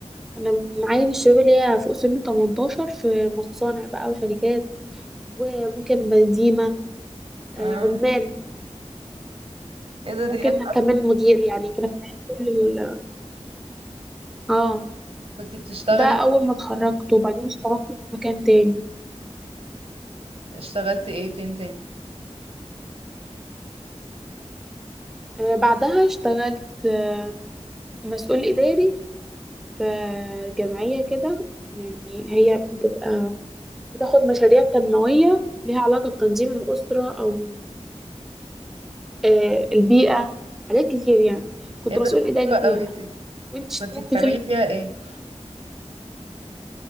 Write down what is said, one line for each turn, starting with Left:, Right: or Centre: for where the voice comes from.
Centre: كنا بنعين الشباب اللي هي فوق سن 18 في مصانع بقى وشركات وممكن بنزيمه آه
Right: اه
Centre: عمال
Right: ايه ده
Centre: ممكن
Right: دي حلوة
Centre: كمان مدير يعني كنا بنعين كل ال- اه
Right: كنتي بتشتغلي
Centre: ده اول ما اتخرجت وبعدين اشتغلت في مكان تاني
Right: اشتغلتي ايه فين تاني
Centre: آه بعدها اشتغلت آه، مسؤول إداري في جمعية كده يعني هي بتبقى بتاخد مشاريع تنموية ليها علاقة بتنظيم الأسرة أو آه، البيئة حاجات كتير يعني كنت
Right: ايه ده
Centre: مسؤول
Right: دي
Centre: إداري
Right: حلوة قوي
Centre: فيها
Right: دي
Centre: وانت اشتغلت
Right: كنتي بتعملي
Centre: فين؟
Right: فيها ايه